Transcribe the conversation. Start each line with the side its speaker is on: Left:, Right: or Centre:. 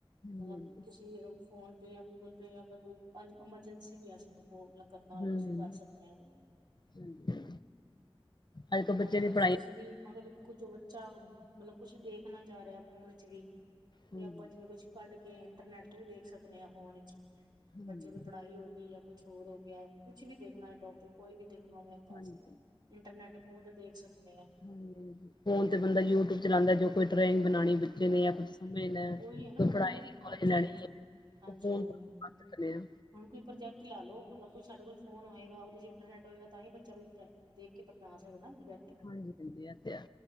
Left: ਹਾਂਜੀ
Right: ਮਤਲਬ
Left: ਹਾਂਜੀ
Right: ਕਿਸੀ ਫੋਨ ਪੇ ਐ, ਗੂਗਲ ਪੇ ਐ ਅਗਰ ਕੋਈ ਅਨ ਅਮਰਜੈਂਸੀ ਵੀ ਐ ਸਾਨੂੰ ਕੋਲ ਕਰਨਾ ਹੋਵੇ
Left: ਹਮ
Right: ਤੇ ਅਸੀਂ ਕਰ ਸਕਨੇ ਆਂ ਏਦੇ ਨਾ
Left: ਹਾਂਜੀ ਅੱਜ ਕੱਲ੍ਹ ਬੱਚੇ
Right: ਔਰ ਅਗਰ
Left: ਦੀ ਪੜ੍ਹਾਈ
Right: ਕਿਸੇ ਦੀ ਅਗਰ ਕੁਜ ਬੱਚਾ ਮਤਲਬ ਕੁਛ ਦੇਖਣਾ ਚਾਹ ਰੇਆ ਫੋਨ ਚ ਵੀ
Left: ਹਾਂਜੀ
Right: ਤੇ ਆਪਾਂ ਜਿਵੇਂ ਕੁਛ ਕੱਢ ਕੇ ਇੰਟਰਨੈਟ ਤੋਂ ਵੀ ਦੇਖ ਸਕਨੇ ਆਂ ਫੋਨ ਚ
Left: ਹਾਂਜੀ
Right: ਬੱਚੇ ਦੇ ਪੜ੍ਹਾਈ ਹੋਗੀ ਯਾਂ ਕੁਛ ਹੋਰ ਹੋ ਗਿਆ, ਕੁਛ ਵੀ ਦੇਖਣਾ ਏ ਟੋਪਿਕ ਕੋਈ ਵੀ ਦੇਖਣਾ ਹੋਵੇ ਤਾਂ
Left: ਹਾਂਜੀ
Right: ਅਸੀਂ ਇੰਟਰਨੈੱਟ ਫੋਨ ਤੇ ਦੇਖ ਸਕਨੇ ਆਂ।
Left: ਹਾਂਜੀ ਫੋਨ ਤੇ ਬੰਦਾ ਯੂਟਿਊਬ ਚਲਾਦਾ, ਜੋ ਕੋਈ ਡਰਾਇੰਗ ਬਣਾਣੀ ਬੱਚੇ ਨੇ ਯਾਂ ਕੁਛ ਸਮਝਣਾ ਹੈ,
Right: ਓਈ ਏ ਨਾ
Left: ਕੋਈ
Right: ਮਤਲਬ
Left: ਪੜ੍ਹਾਈ ਦੀ
Right: ਹਾਂਜੀ-ਹਾਂਜੀ,
Left: ਨੌਲੇਜ ਲੈਣੀ ਹੈ
Right: ਹਾਂਜੀ-ਹਾਂਜੀ।
Left: ਉਹ ਫੋਨ ਤੋਂ ਕਰ ਸਕਦੇ ਹਾਂ
Right: ਹੁਣ ਕੋਈ ਪ੍ਰੋਜਕਟ ਲਾ ਲੋ ਮਤਲਬ ਕੋਈ ਸਾਡੇ ਕੋਲ ਫੋਨ ਹੋਏਗਾ, ਉਹਦੇ ਚ ਇੰਟਰਨੈਟ ਹੋਏਗਾ ਤਾਂ ਈ ਬੱਚਾ ਕੁਛ ਦੇਖ ਕੇ ਬਣਾ ਸਕਦਾ ਨਾ ਪ੍ਰੋਜੈਕਟ।
Left: ਹਾਂਜੀ ਹਾਂਜੀ ਇਹ ਤੇ ਹੈ